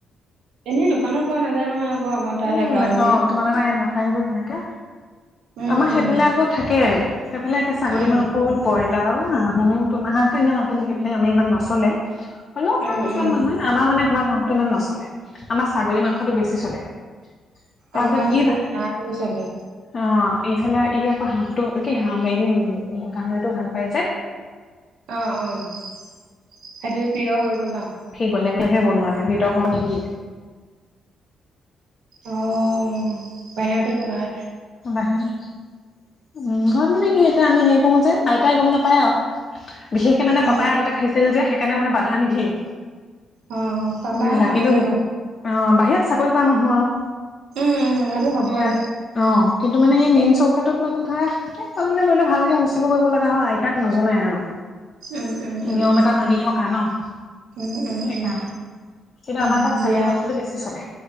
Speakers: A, on the right; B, on the left.
A: এনেই দোকানত পোৱা নাযায় নহয়, আকৌ আমাৰ তাৰ
B: উম
A: সে গাঁৱলীয়া
B: অ তোমালোকৰ ইয়াত নাপাই যে তেনেকে
A: উম
B: আমাৰ সেইফালে
A: উম
B: আকৌ থাকে, সেইফালে একে ছাগলী
A: উম
B: মাংস হ'ল ব্ৰইলাও হাঁহো, তোমাৰা হাঁহটো আমি সিমান নচলে হ'লেও,
A: উম
B: খাই কিছুমান
A: উম
B: মানুহে আমাৰ মানে ঘৰত হাঁহতটো ইমান নচলে, আমাৰ ছাগলী মাংসতটো বেছি চলে তাৰপিছত
A: আমাৰ আকৌ
B: ই
A: ইয়াত হাঁহটো চলে
B: অ', ইফালে ই আকৌ হাঁহটো কি হাঁ হেৰি গাহৰিটো ভাল পাই যে
A: অ', সেইটোৱে প্ৰিয় হৈ গ'ল আৰু
B: সি গ'লে গ'লেহে বনোৱা ভিতৰত সোমাব নিদিয়ে
A: অ', বাহিৰতে বনায়
B: বাহিৰত উ ঘৰত মানে, কি এতিয়া আমি হেৰি কৰোঁ যে, আইতাই গম নাপায় আৰু বিশেষকে মানে, পাপাই
A: অ
B: আগতে খাইছিল যে সেইকাৰণে মানে বাধা নিদিয়ে
A: অ ', পাপা
B: বুজিছা
A: খাবয়ই
B: কিন্তু
A: ন
B: অ', বাহিৰত চাকৰি কৰা মানুহ আৰু
A: উম উম এইটো হ'বই
B: সেয়া অ', কিন্তু মানে, সেই মেইন চৌকাতোত মানে ধৰা তলে তলে কৰিলে ভালকে মুচিব কৰিব লগা হয়, আইতাক নজনাই আৰু
A: উম উম উম
B: নিয়ম এটা মানি থকা ন,
A: উম উম
B: সেইকাৰণে
A: উম
B: কিন্তু
A: উম
B: আমাৰ তাত ছাগলী
A: দিয়া
B: মাংসটো বেছি চলে,